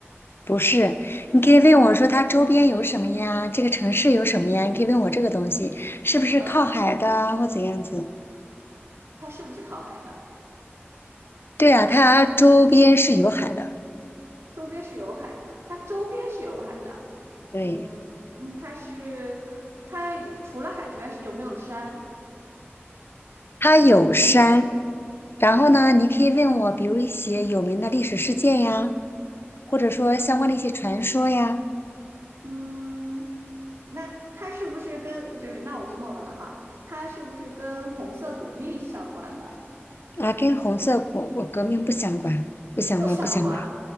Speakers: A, on the left; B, on the right.
A: 不是？你可以问我说它周边有什么呀？这个城市有什么呀？你可以问我这个东西是不是靠海的啊或怎样子？
B: 嗯，它是不是靠海的？
A: 对啊，它周边是有海的，
B: 周边是有海的，它周边是有海的，
A: 对，
B: 嗯嗯，它是它除了海之外是有没有山？
A: 它有山。然后呢，你可以问我，比如一些有名的历史事件呀，或者说相关的一些传说呀，
B: 嗯，那它是不是跟就是那我这么问哈，它是不是跟红色革命相关的？
A: 啊，跟红色国国革命不相关，不相关，
B: 不相关。
A: 不相关，